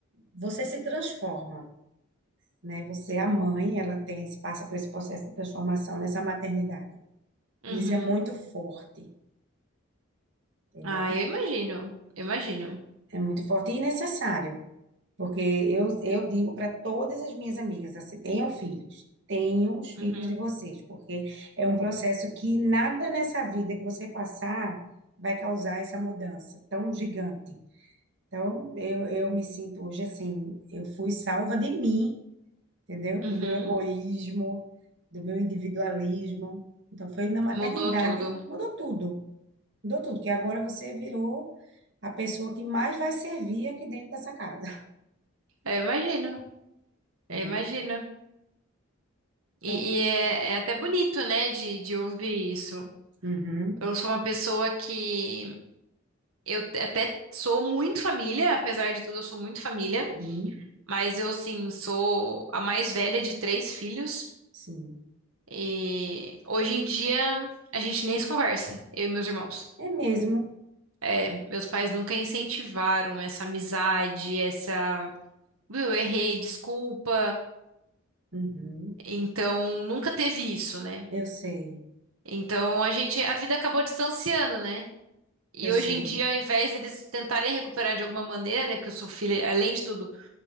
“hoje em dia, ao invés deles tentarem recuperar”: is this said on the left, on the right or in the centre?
Right